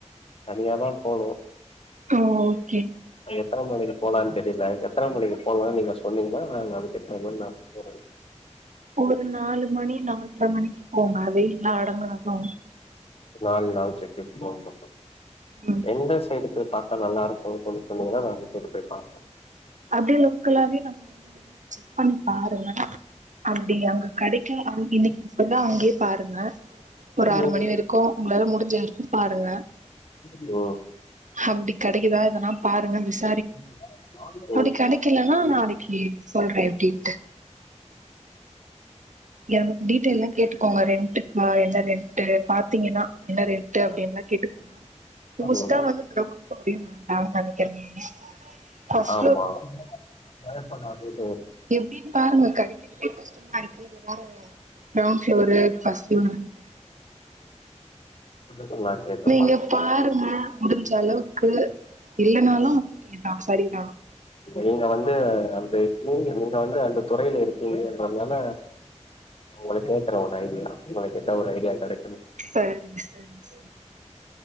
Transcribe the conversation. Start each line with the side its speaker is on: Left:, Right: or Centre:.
Left: தனியாதா போணும்
Right: அ ஓகே
Left: எத்தன மணிக்கு போலானு தெரில எத்தன மணிக்கு போலானு நீங்க சொ சொன்னீங்கன்னா நா அதுக்கு தகுந்த நா போறே
Right: ஒரு நாலு மணி நால்ர மணிக்கு போனாலே எல்லா அடங்குனதும்
Left: நாலு நாலு <unintelligible> ஃபோன் பண்றோ
Right: ம்
Left: எந்த சைடுக்கு பா நல்லா இருக்குன்னு சொல்லி சொன்னிங்கன்னா நா இந்த சைடு போய் பாப்பே
Right: அப்டியே லோக்கலாவே நம்ம ஏரியால செக் பண்ணி பாருங்க அ டி அங்க கெடைக்கு அ இன்னைக்கு ஃபுல்லா அங்கயே பாருங்க ஒரு
Left: ம்
Right: ஆறு மணி வரைக்கும் உங்களால முடிஞ்ச வரைக்கும் பாருங்க
Left: ம்
Right: அப்டி க கெடைக்குதா எதெல்லா பாருங்க விஸ்
Left: <inaudible>
Right: அப்படி கெடைக்கலன்னா நா அன்னைக்கு சொல்றே எப்டின்ட்டு எ டீட்டெய்ல்லா கேட்டுக்கோங்க ரெண்ட்டுக்கா என்ன <unintelligible> ஏ பாத்தீங்கன்னா என்ன ரேட்டு அப்டின்லாம் கேட்டு மோஸ்டா
Left: ம்
Right: வந்து கிரவுண்ட் ஃப்ளோர்னு நா நெனைக்கிறேன் நானு காஸ்
Left: ஆமா பயப்படாததோ ம்
Right: எப்படின்னு பாருங்க கெடைக்கிறதே கஷ்டமா இருக்கு இதுல வேற கிரௌண்ட் ஃப்ளோரு ஃபர்ஸ்ட் ஃப்ளோருன்ட்டு
Left: சும்மா கேட்டுப்
Right: நீங்க
Left: பார்த்த
Right: பாருங்க முடிஞ்ச அளவுக்கு இல்லனாலும் ஓகே தா சரிதா
Left: நீங்க வந்து <unintelligible> நீங்க வந்து அந்த துறையில இருக்கீங்கன்றதுனால உங்கள கேக்கற ஒரு ஐடியா உங்கள கேட்டா ஒரு ஐடியா கெட
Right: சரி சரி சரி